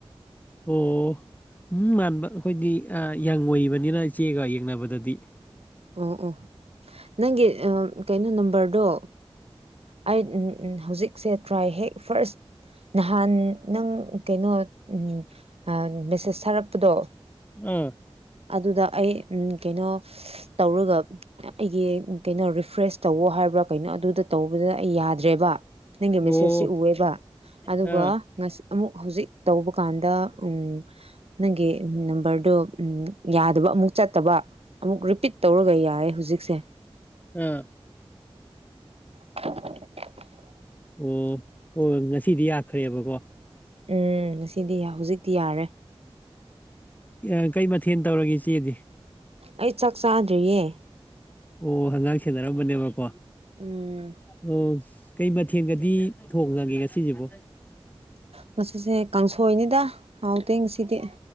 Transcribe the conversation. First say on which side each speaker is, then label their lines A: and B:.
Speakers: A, on the left (about 15°); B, on the right (about 80°).
A: ꯑꯣ ꯃꯨꯡ ꯃꯥꯟꯕ ꯑꯩꯈꯣꯏꯗꯤ ꯌꯪ ꯑꯣꯏꯕꯅꯤꯅ ꯏꯆꯦꯒ ꯌꯦꯡꯅꯕꯗꯗꯤ
B: ꯑꯣ ꯑꯣ ꯅꯪꯒꯤ ꯑꯥ ꯀꯩꯅꯣ ꯅꯝꯕꯔꯗꯣ ꯑꯩ ꯎ ꯎꯝ ꯍꯧꯖꯤꯛꯁꯦ ꯇ꯭ꯔꯥꯏ ꯍꯦꯛ ꯐ꯭ꯔꯁ ꯅꯍꯥꯟ ꯅꯪ ꯀꯩꯅꯣ ꯎꯝ ꯑ ꯃꯦꯁꯦꯁ ꯊꯥꯔꯛꯄꯗꯣ
A: ꯑꯥ
B: ꯑꯗꯨꯗ ꯑꯩ ꯎꯝ ꯀꯩꯅꯣ ꯇꯧꯔꯒ ꯑ ꯑꯩꯒꯤ ꯒꯤ ꯀꯩꯅꯣ ꯔꯤꯐ꯭ꯔꯦꯁ ꯇꯧꯋꯣ ꯍꯥꯏꯕ꯭ꯔꯥ ꯀꯩꯅꯣ ꯑꯗꯨꯗ ꯇꯧꯕꯗ ꯑꯩ ꯌꯥꯗ꯭ꯔꯦꯕ ꯅꯪꯒꯤ
A: ꯑꯣ
B: ꯃꯦꯁꯦꯁꯁꯤ ꯎꯋꯦꯕ ꯑꯗꯨꯒ
A: ꯑꯥ
B: ꯉꯁ ꯑꯃꯨꯛ ꯍꯧꯖꯤꯛ ꯇꯧꯕ ꯀꯥꯟꯗ ꯎꯝ ꯅꯪꯒꯤ ꯅꯝꯕꯔꯗꯨ ꯎꯝ ꯌꯥꯗꯕ ꯑꯃꯨꯛ ꯆꯠꯇꯕ ꯑꯃꯨꯛ ꯔꯤꯄꯤꯠ ꯇꯧꯔꯒ ꯌꯥꯏꯌꯦ ꯍꯧꯖꯤꯛꯁꯦ
A: ꯑꯥ
B: <inaudible>
A: ꯑꯣ ꯑꯣ ꯉꯁꯤꯗꯤ ꯌꯥꯈ꯭ꯔꯦꯕꯀꯣ
B: ꯎꯝ ꯉꯁꯤꯗꯤ ꯍꯧꯖꯤꯛꯇꯤ ꯌꯥꯔꯦ
A: ꯑꯣ ꯑ ꯀꯩ ꯃꯊꯦꯜ ꯇꯧꯔꯒꯦ ꯏꯆꯦꯗꯤ
B: ꯑꯩ ꯆꯥꯛ ꯆꯥꯗ꯭ꯔꯤꯌꯦ
A: ꯑꯣ ꯑꯉꯥꯡ ꯁꯦꯟꯅꯔꯝꯕꯅꯦꯕꯀꯣ
B: ꯎꯝ
A: ꯑꯣ ꯀꯩ ꯃ ꯊꯦꯜꯒꯗꯤ ꯊꯣꯡꯉꯒꯦ ꯉꯁꯤꯁꯤꯕꯨ
B: ꯉꯁꯤꯁꯦ ꯀꯥꯡꯁꯣꯏꯅꯤꯗ ꯍꯥꯎꯇꯦ ꯉꯁꯤꯗꯤ